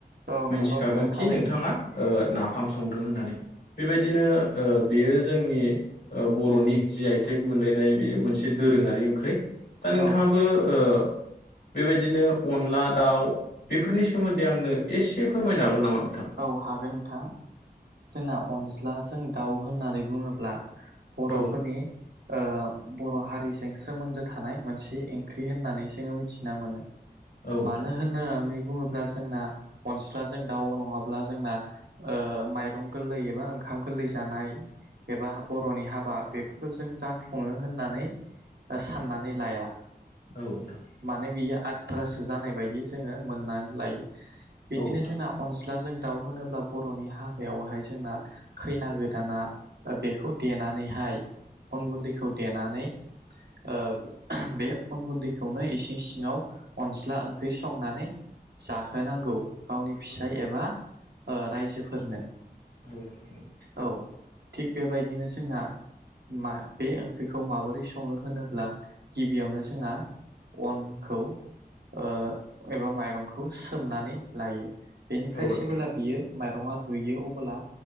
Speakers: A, on the right (about 80°); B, on the left (about 85°).
A: औ
B: मिथिखागोन
A: नंगौ नोंथां थारैनो
B: खि नोंथाङा ओ ना फाम संदों होननानै बेबायदिनो ओ बेयो जोंनि बर'नि जि आइथेक मोनलायनाय बे मोनसे दोरोङारि ओंख्रि दा नोंथाङाबो
A: औ
B: ओ बेबायदिनो अनला दाउ बेफोरनि सोमोन्दै आंनो एसे फोरमायनो हागोन नामा? नोंथां?
A: औ हागोन नोंथां जोंना अनज्लाजों दाउ होननानै बुङोब्ला बर'फोरनि
B: औ
A: ओ बर' हारिजों सोमोन्दो थानाय मोनसे ओंख्रि होननानै जोङो मिथिना मोनो
B: नोंथां
A: मानो होननानै बुङोब्ला जोंना अनस्लाजों दाउ नङा ब्ला जोंना ओ माइरं गोरलै एबा ओंखाम गोरलै जानाय एबा बर'नि हाबा बेफोरखौ जों जाफुङो होननानै दा साननानै लाया।
B: औ नोंथां
A: माने बियो आथ्रासो जानाय बायदि जोङो मोननानै लायो। बिदिनो
B: औ नोंथां औ नोंथां
A: जोंना अनज्लाजोंं दाउ होनोब्ला बर'नि हाबायावहाय जोंना खैना गोदाना बेखौ देनानैहाय अन गुन्दैखौ देनानै ओ बे अन गुन्दैखौनो इसिं सिङाव अनज्ला ओंख्रि संनानै जाहोनांगौ गावनि फिसाय
B: औ
A: एबा ओ रायजोफोरनो।
B: नोंथां औ नोंथां
A: औ थिग बेबायदिनो जोंना मा बे ओंख्रिखौ माबोरै संङो होनोब्ला गिबियावनो जोंहा अनखौ ओ एबा माइरंखौ सोमनानै लायो। बेनिफ्राय
B: औ नोंथां औ नोंथां
A: जेबोला बियो माइरं आ रुयो अबोब्ला